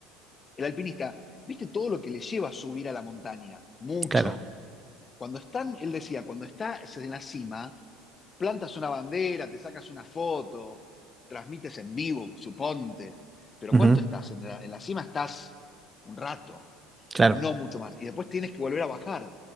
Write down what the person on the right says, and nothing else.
Claro,
ujú,
claro,